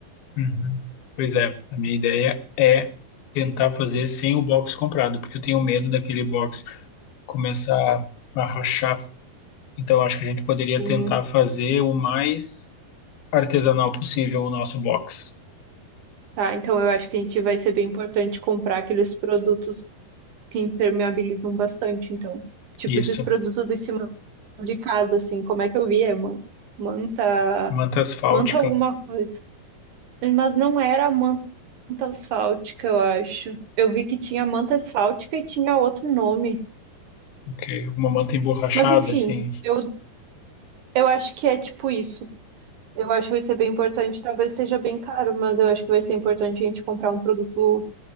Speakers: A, on the left; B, on the right.
A: Uhum. Pois é, a minha ideia é tentar fazer sem o box comprado, porque eu tenho medo daquele box começar a rachar. Então acho que a gente poderia
B: Sim,
A: tentar fazer o mais artesanal possível o nosso box.
B: tá? Então, eu acho que a gente vai ser bem importante comprar aqueles produtos que impermeabilizam bastante. Então, tipo,
A: Isso,
B: esses produtos de cima de casa, assim, como é que eu vi? É man- manta,
A: manta asfáltica,
B: manta alguma coisa. Mas não era a manta asfáltica, eu acho. Eu vi que tinha manta asfáltica e tinha outro nome.
A: ok, uma manta emborrachada,
B: Mas, enfim,
A: assim,
B: eu Eu acho que é tipo isso. Eu acho que vai ser bem importante. Talvez seja bem caro, mas eu acho que vai ser importante a gente comprar um produto